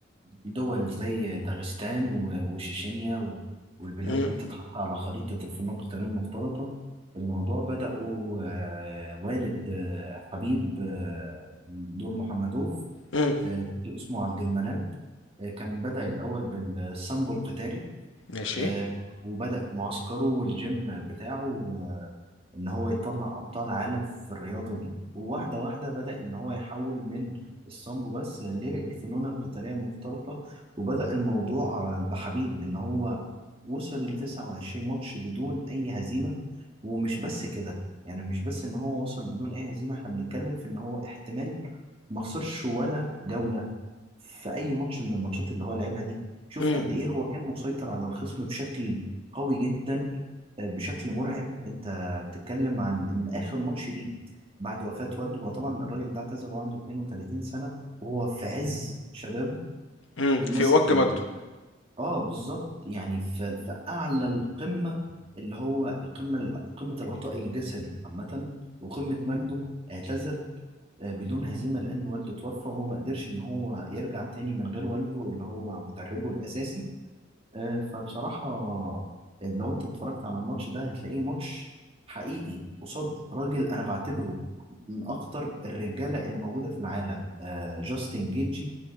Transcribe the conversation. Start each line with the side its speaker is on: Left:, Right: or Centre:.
Right: دول زي داغستان و- وشيشينيا و- والبلاد
Left: امم
Right: دي تتحط على خريطة الفنون القتالية المختلطة الموضوع بدأوا آه، والد آه، حبيب آه، دور محمدوف
Left: امم
Right: آه، كنت اسمه عبد المناب آه، كان بدأ الأول بالسامبو القتالي
Left: ماشي
Right: آه، وبدأ معسكره والجيم بتاعه آه، إن هو يطلع أبطال عالم في الرياضة دي وواحدة واحدة بدأ إن هو يحول من السامبو بس للفنون القتالية المختلطة وبدأ الموضوع آه، بحبيب إن هو وصل ل 29 ماتش بدون أي هزيمة ومش بس كده يعني مش بس إن هو وصل بدون أي هزيمة إحنا بنتكلم في إن هو احتمال ما خسرش ولا جولة في أي ماتش من الماتشات اللي هو لعبها دي شوف
Left: امم
Right: قد إيه هو كان مسيطر على الخصم بشكل قوي جدا آه، بشكل مرعب أنت بتتكلم عن إن آخر ماتش ليه بعد وفاة والده هو طبعا الراجل ده اعتزل وهو عنده 32 سنة وهو في عز شبابه
Left: امم
Right: الناس
Left: في وجه
Right: كانت
Left: مجده
Right: بت- اه بالظبط يعني في في أعلى القمة اللي هو القمة قمة العطاء الجسدي عامة وقمة مجده اعتزل آه، بدون هزيمة لأن والده توفى وهو ما قدرش إن هو يرجع تاني من غير والده اللي هو مدربه الأساسي آه، فبصراحة آه، لو أنت اتفرجت على الماتش ده هتلاقيه ماتش حقيقي قصاد راجل أنا بعتبره من أخطر الرجالة اللي موجودة في العالم آه، جاستن جيتجي